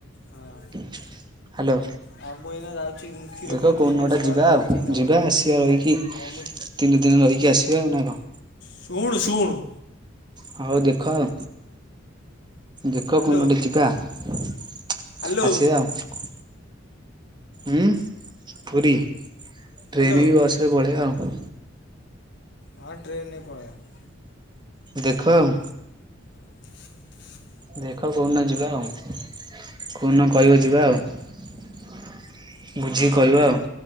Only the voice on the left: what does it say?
ହଁ
ଆଉ ମୁଁ ଏଇନା ଯାଉଛି ମୁଁ କ୍ଷୀର
ଫିର ଥୋଇକି
ଆସି ଘରେ
ଯାଉଛି
ଏଇନା ଘରକୁ।
ଆଉ
ଶୁଣ ଶୁଣ।
ହ୍ୟାଲୋ
ହ୍ୟାଲୋ
ହ୍ୟାଲୋ
ହଁ ଟ୍ରେନ ନେଇ ପଡେଇବା।
<inaudible>